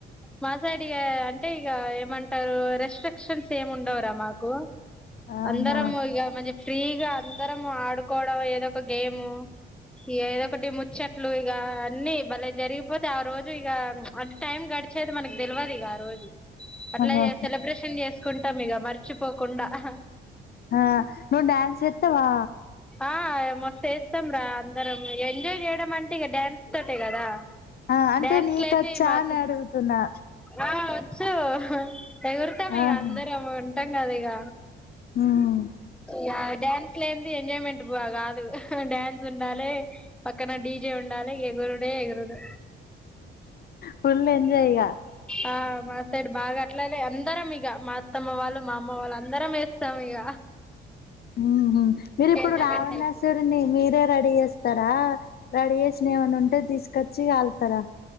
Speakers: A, in the centre; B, on the left.
A: మా సైడ్ ఇగ అంటే ఇగ ఏమంటారు రెస్ట్రిక్షన్స్ ఏం ఉండవ్ రా మాకు
B: అవునా
A: అందరము ఇగ మ ఫ్రీగా అందరం ఆడుకోడం ఏదో ఒక గేము ఏదో ఒకటి ముచ్చట్లు ఇగ అన్ని బలే జరిగిపోతే ఆ రోజు ఇగ అంటే టైం గ డిచేది మనక్ దెల్వదిగ ఆ రోజు అట్లయే
B: ఆహా
A: సెలబ్రేషన్ చేస్కుంటం ఇగ మర్చిపోకుండా అహ
B: ఆ నువ్ డ్యాన్స్ చేత్తవా
A: ఆ మస్తేస్తాం రా అందరం ఇగ ఎంజాయ్ చేయడం అంటే ఇగ డ్యాన్స్ తోటే కదా
B: ఆ అంటే
A: డ్యాన్స్
B: నీకొచ్చా
A: లేంది మాకు
B: అని అడుగుతున్నా
A: ఆ వొస్ సో ఎగుర్తం ఇగ
B: ఆహా
A: అందరం ఉంటం కదా ఇగ
B: ఉమ్
A: యా డ్యాన్స్ లేంది ఎంజాయ్మెంట్ బా కాదు. డ్యాన్స్ ఉండాలే పక్కన డీజే ఉండా లె ఎగురుడే ఎగురుడు.
B: ఫుల్ ఎంజాయ్ ఇగ
A: ఆ మాసైడ్ బాగా అట్లనే అందరం మీ గ మా అత్తమ్మ వాళ్ళు, మా అమ్మ వాళ్ళు అందరం ఏస్తాం ఇగ
B: మ్ హ్ మీరిప్పుడు
A: ఎంజాయ్మెంట్
B: రావణాసురుణ్ణి
A: అయిపోద్ది
B: మీరే రెడీ చేస్తారా రెడీ చేసినయి ఏమన్నుంటే తీస్కొచ్చి కాల్తరా?